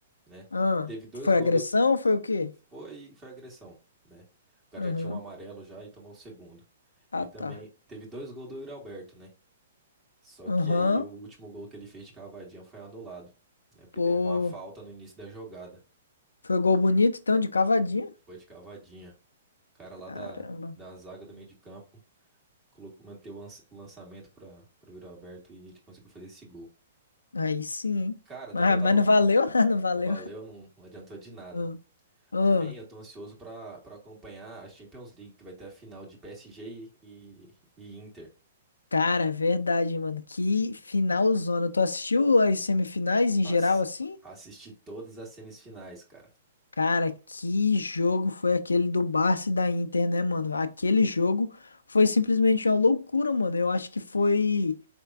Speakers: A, on the right; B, on the left.
A: né?
B: Ah,
A: Teve dois
B: foi
A: gols
B: agressão?
A: do
B: Foi o quê?
A: foi foi agressão, né? O cara
B: Aham.
A: já tinha um amarelo já e tomou o segundo.
B: Ah,
A: E
B: tá.
A: também teve dois gols do Yuri Alberto, né? Só
B: Aham.
A: que aí o último gol que ele fez de cavadinha foi anulado, né? Porque
B: Pô,
A: teve uma falta no início da jogada.
B: foi gol bonito então, de cavadinha?
A: Foi de cavadinha. O cara lá
B: Caramba.
A: da, da zaga do meio de campo colocou, manteve o lança- o lançamento para o Yuri Alberto e ele conseguiu fazer esse gol.
B: Aí sim, hein?
A: Cara,
B: Mas,
A: também eu tava.
B: mas não valeu? <laughs> Não
A: Não
B: valeu.
A: valeu, não, não adiantou de nada.
B: Ah, ah.
A: Também eu tô ansioso para para acompanhar a Champions League, que vai ter a final de PSG e, e Inter.
B: Cara, é verdade, mano. Que finalzona. Tu assistiu as semifinais em
A: As,
B: geral assim?
A: assisti todas as semifinais, cara.
B: Cara, que jogo foi aquele do Barça e da Inter, né, mano? Aquele jogo foi simplesmente uma loucura, mano. Eu acho que foi.